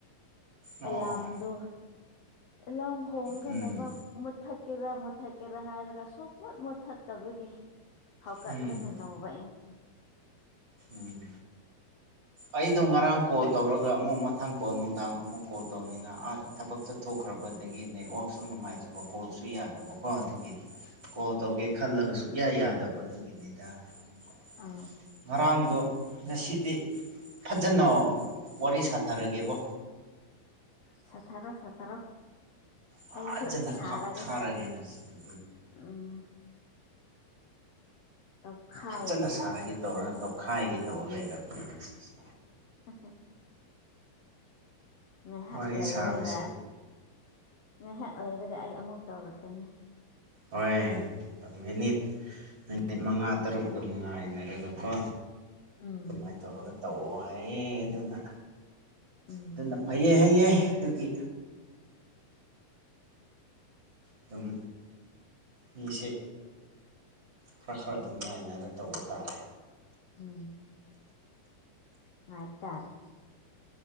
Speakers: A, on the right; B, on the left.
A: ꯑꯣ
B: ꯑꯦꯂꯥꯔꯝꯗꯣ ꯑꯦꯂꯥꯔꯝ ꯍꯣꯡꯉꯒ
A: ꯎꯝ
B: ꯂꯩꯕ ꯃꯨꯠꯊꯠꯀꯦꯔ ꯃꯨꯠꯊꯠꯀꯦꯔ ꯍꯥꯏꯔꯒ ꯁꯨꯝ ꯃꯨꯠ ꯃꯨꯠꯊꯠꯇꯕꯒꯤ ꯍꯧꯒꯠꯂꯒꯂ
A: ꯎꯝ
B: ꯍꯕ
A: ꯎꯝ ꯑꯩꯗꯣ ꯉꯔꯥꯡ ꯀꯣꯠ ꯇꯧꯔꯒ ꯑꯃꯨꯛ ꯃꯊꯪ ꯀꯣꯜ ꯅꯨꯡꯗꯥꯡ ꯑꯃꯨꯛ ꯀꯣꯜ ꯇꯧꯅꯤꯡꯉ ꯑꯥꯗ ꯊꯕꯛ ꯆꯠꯊꯣꯛꯈ꯭ꯔꯕꯗꯒꯤ ꯅꯦꯠꯋꯥꯛ ꯁ ꯅꯨꯡꯉꯥꯏꯇꯕ ꯀꯣꯜꯁꯨ ꯌꯥꯗꯕꯀꯣ ꯑꯗꯨꯒꯤ ꯀꯣ ꯇꯧꯒꯦ ꯈꯜꯂꯒ ꯁꯨꯛꯌꯥ ꯌꯥꯗꯕ ꯑꯗꯨꯒꯤꯅꯤꯗ ꯑꯃꯨꯛꯀ
B: ꯑ
A: ꯉꯔꯥꯡꯗꯣ ꯉꯁꯤꯗꯤ ꯐꯖꯅ ꯋꯥꯔꯤ ꯁꯥꯊꯔꯒꯦꯕꯣ
B: ꯁꯊꯔꯣ ꯁꯇꯔꯣ
A: ꯐꯖꯅ
B: ꯑꯩꯁꯨ ꯁꯥꯔꯒꯦ
A: ꯀꯥꯞꯊꯥꯔꯒꯦ ꯉꯁꯤꯗꯤ
B: ꯎꯝ ꯇꯧꯈꯥꯏꯒꯦ
A: ꯐꯖꯅ ꯁꯥꯔꯒꯦ ꯇꯧꯔ ꯇꯧꯈꯥꯏꯒꯦ ꯇꯧꯔ ꯂꯩꯔꯕꯅꯦꯅ ꯁꯤꯁꯦ
B: ꯍ ꯍ ꯉꯥꯏꯍꯥꯛ
A: ꯋꯥꯔꯤ
B: ꯂꯩꯔꯒ
A: ꯁꯥꯕꯁꯦ
B: ꯉꯥꯏꯍꯥꯛ ꯂꯩꯔꯒ ꯑꯩ ꯑꯃꯨꯛ ꯇꯧꯔꯛꯀꯅꯤ
A: ꯍꯣꯏ ꯃꯤꯅꯤꯠ ꯃꯤꯅꯤꯠ ꯃꯉꯥ ꯇꯔꯨꯛ ꯑꯗꯨꯝ ꯉꯥꯏꯅꯔꯒꯀꯣ
B: ꯎꯝ
A: ꯑꯗꯨꯃꯥꯏꯅ ꯇꯧꯔꯒ ꯇꯧꯑꯣ ꯍꯥꯏꯌꯦ ꯑꯗꯨꯅ
B: ꯎꯝ
A: ꯑꯗꯨꯅ ꯐꯩꯌꯦ ꯍꯥꯏꯩꯌꯦ ꯑꯗꯨꯒꯤ ꯑꯗꯨꯝ ꯃꯤꯁꯦ ꯈꯔ ꯈꯔ ꯑꯗꯨꯝ ꯉꯥꯏꯅꯔ ꯇꯧꯕ ꯇꯥꯔꯦ
B: ꯎꯝ ꯉꯥꯏꯕ ꯇꯥꯔꯦ